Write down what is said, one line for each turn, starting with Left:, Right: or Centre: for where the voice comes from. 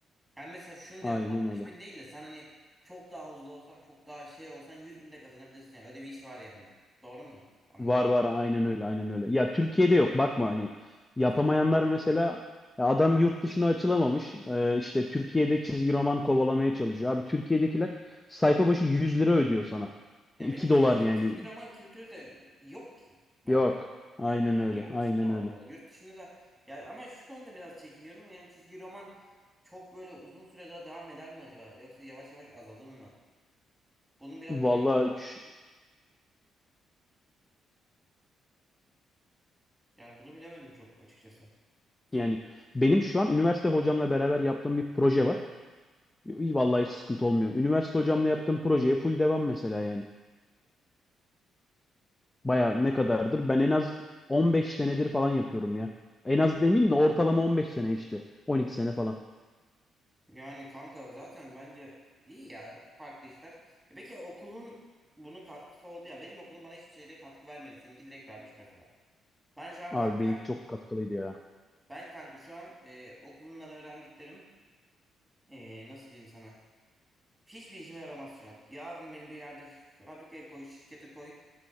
Centre: Yani mesela şunu
Left: Aynen
Centre: diyorum 60
Left: öyle.
Centre: bin değil de sen hani çok daha hızlı olsan çok daha şey olsan 100 bin de kazanabilirsin. Yani öyle bir iş var yani. Doğru mu? Anladım.
Left: Var var aynen öyle aynen öyle. Ya Türkiye'de yok bakma hani
Centre: İyi
Left: yapamayanlar mesela ya adam yurt dışına açılamamış. Ee, işte Türkiye'de çizgi roman kovalamaya çalışıyor. Abi Türkiye'dekiler sayfa başı 100 lira ödüyor sana.
Centre: Ya
Left: 2
Centre: bir de Türkiye'de
Left: dolar yani.
Centre: çizgi roman kültürü de yok ki bence.
Left: Yok. Aynen
Centre: Yok yani
Left: öyle
Centre: yurt
Left: aynen
Centre: dışında var
Left: öyle.
Centre: bu arada. Yurt dışında da ya ama şu konuda biraz çekiniyorum. Yani çizgi roman çok böyle uzun süre daha devam eder mi acaba? Yoksa yavaş yavaş azalır mı? Bunun biraz
Left: Vallahi
Centre: garantisi.
Left: ş-
Centre: Yani bunu bilemedim çok açıkçası.
Left: yani benim şu an üniversite hocamla beraber yaptığım bir proje var. İyi, Vallahi hiç sıkıntı olmuyor. Üniversite hocamla yaptığım projeye full devam mesela yani. Baya ne kadardır? Ben en az 15 senedir falan yapıyorum ya. En az demeyeyim de ortalama 15 sene işte. 12 sene falan.
Centre: Yani kanka zaten bence iyi ya farklı işler. E peki okulun bunun katkısı oldu yani. Benim okulum bana hiçbir şeyde katkı vermedi. Seninki direkt vermiş mesela. Ben şu an
Left: Abi
Centre: kanka
Left: benimki çok katkılıydı ya.
Centre: ben kanka şu an e, okulumdan öğrendiklerim Ee, nasıl diyeyim sana? Hiçbir işime yaramaz şu an. Yarın beni bir yerde fabrikaya koy, şirkete koy,